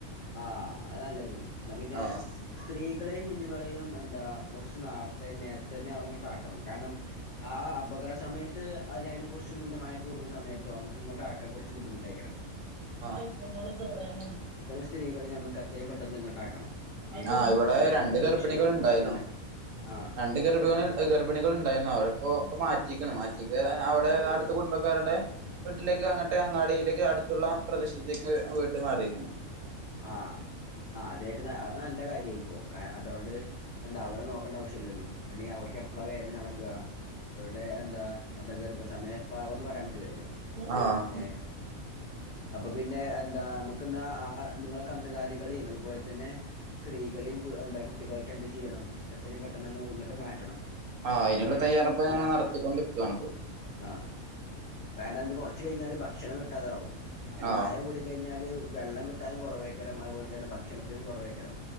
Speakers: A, on the left; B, on the right.
A: ആഹ അ നല്ലത് എന്നാ പിന്നെ
B: ആഹ്
A: സ്ത്രീകളെയും കുഞ്ഞുങ്ങളെയും എന്താ അ കൊർച്ച് നാർ നേരത്തെ തന്നെ അവരെങ്ങട്ട് ആക്കണം കാരണം ആ അപകട സമയത്ത് അതി അതിനെ കുറിച്ചും പിന്നെ ന്ന സമയത്തോ നമുക്ക് ഇങ്ങട്ട് ആക്ക കുറച്ച് ബുദ്ധിമുട്ടേക്കരം
B: ഐഫോണുകളടൻ
A: സ്ത്രീകളെയും നമുക്ക് അത്രയും പെട്ടെന്ന് ഇ ഉണ്ടാക്കണം ഏ
B: ആഹ് ഇവിടെ
A: മ
B: രണ്ട്
A: എന്താ പുരുഷന്മാർക്ക്
B: ഗർഭിണികൾ ഉണ്ടായിരുന്നു
A: കുഴപ്പമില്ല ആഹ
B: രണ്ട് ഗർഭിണി ഗർഭിണികൾ ഉണ്ടായിരുന്നു അവരപ്പോ ഇ മാറ്റി മാറ്റി അവിടെ അടുത്ത കുടുംബക്കാരുടെ വീട്ടിലേക്ക് അങ്ങട്ട് അങ്ങാടിയിലേക്ക് ത്തുള്ള പ്രദേശത്തേക്ക് വീട്ട് മാറിയിരിക്കുന്നു
A: ആ ആ അതായിട്ട നല്ല കാര്യായിപ്പോ ക അതുകൊണ്ട് എന്താ അവരെ നോക്കേണ്ട ആവശ്യമ ഇല്ലല്ലോ അല്ലെങ്കിൽ അവർക്ക് എപ്പഴ വേദനളകുക ഇടെ എന്താ എന്താ ഗർഭ സമയം എപ്പള ആവാന്ന് പറയാൻ പറ്റൂില്ലല്ലോ
B: ആഹ്
A: ഏ അപ്പൊ പിന്നെ എന്താ നമുക്ക്ന്നാ ആ നിങ്ങളെ കന്നുകാലികളെയും അതുപോലെ തന്നെ സ്ത്രീകളെയും എന്താ കുട്ടികളൊക്കെ എന്ത് ചെയ്യണം ഇത്രയും പെട്ടെന്ന് ന ഇങ്ങിട്ട് മാറ്റണം
B: ആഹ അതിനുള്ള
A: ഏഹ്
B: തയ്യാറെപ്പ
A: പിന്നെ
B: ഞങ്ങള് നടത്തിക്കൊണ്ടിക്കാണ് ഇപ്പോ
A: ആഹ് കാരണം അതിന് കുറച്ച് കഴിഞ്ഞാല് ഭക്ഷണം കിട്ടാതാവും. കാരണം
B: ആഹ്
A: മഴ കൂടി കഴിഞ്ഞാല് വെള്ളം കിട്ട കട്ടാനും കുറവേക്കണം. അതുപോലെ തന്ന ഭഷണത്തിനും കുറവേക്കണം.